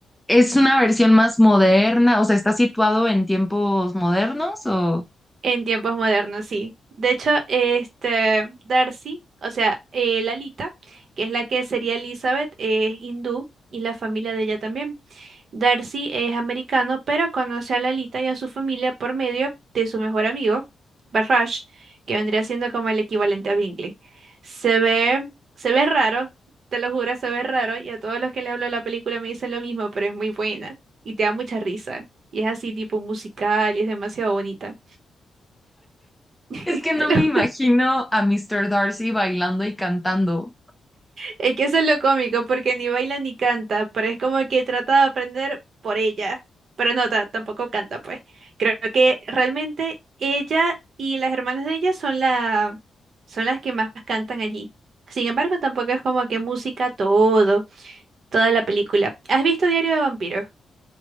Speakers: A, in the centre; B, on the right.
A: ¿Es una versión más moderna? O sea, ¿está situado en tiempos modernos o...?
B: En tiempos modernos, sí. De hecho, este Darcy, o sea, eh, Lalita, que es la que sería Elizabeth, es hindú y la familia de ella también. Darcy es americano, pero conoce a Lalita y a su familia por medio de su mejor amigo, Barrage, que vendría siendo como el equivalente a Bingley. Se ve, se ve raro, te lo juro, se ve raro, y a todos los que le hablo de la película me dicen lo mismo, pero es muy buena y te da mucha risa. Y es así, tipo musical, y es demasiado bonita. <laughs>
A: Es que no
B: Te lo
A: me imagino a Mr. Darcy bailando y cantando.
B: Es que eso es lo cómico, porque ni baila ni canta, pero es como que trata de aprender por ella. Pero no, ta- tampoco canta, pues. Creo que realmente ella y las hermanas de ella son la, son las que más cantan allí. Sin embargo, tampoco es como que música todo, toda la película. ¿Has visto Diario de Vampiros?